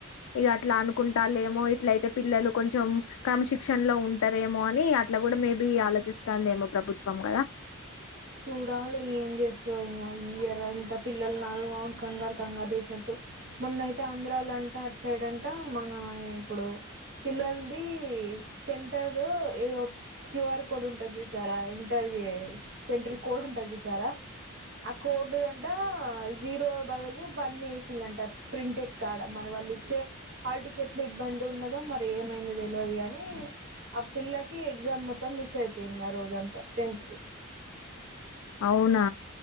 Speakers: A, on the left (about 80°); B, on the right (about 55°).
A: ఇగ అట్లా అనుకుంటలేేమో ఇట్లయితే పిల్లలు కొంచెం క్రమశిక్షణ లో ఉంటారేమో అని అట్లా కూడా మేబి ఆలోచిస్తుందమో ప్రభుత్వం కదా
B: చూడాలి ఏం చేస్తదొ ఇంగ ఈ ఇయర్ అంతా పిల్లలు ను ఆగం ఆగం కంగారు కంగారు చేసినట్టు మొన్నయితే ఆంధ్రాల అంట అట్సైడంట మన ఇప్పుడు పిల్లలది సెంటర్ ఏదో క్యూఆర్ కోడ్ ఉంటంది చూసారా ఇంటర్ సెంటర్ కోడ్ ఉంటంది జూసారా ఆ కోడ్ అంటా జీరో బదులు వన్ వేషీలాంట ప్రింటెడ్ కార్డ మరి వాళ్ళు ఇచ్చే హల్ టికెట్ లో ఇబ్బంది ఉన్నదో మరి ఏమైంది తెలువదు కాని ఆ పిల్లకి ఎగ్జామ్ మొత్తం మిస్ అయిపోయింది ఆ రోజంతా టెన్త్ ది
A: అవునా